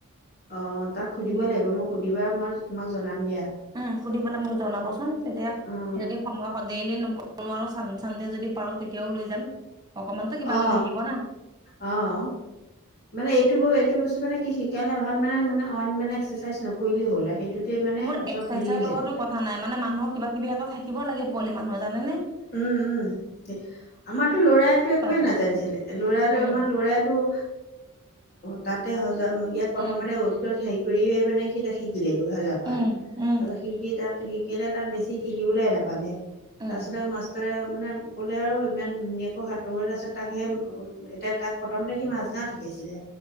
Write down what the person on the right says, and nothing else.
কিন্তু
উম, সুধি পেলাই মোক জনাবচোন তেতিয়া
যদি সময় সদেইলি নপ, নোৱাৰো চান, চানদে যদি পাৰো তেতিয়াও লৈ যাম। অকমানতো কিবা
এটা থাকিব না
মোৰ
এক্সাৰচাইজৰ
লগতো
কথা নাই মানে মানুহৰ কিবা কিবি এটা থাকিব লাগে পোৱালি মানুহৰ জানা নে।
মানে
উম
উম
উম উম
উম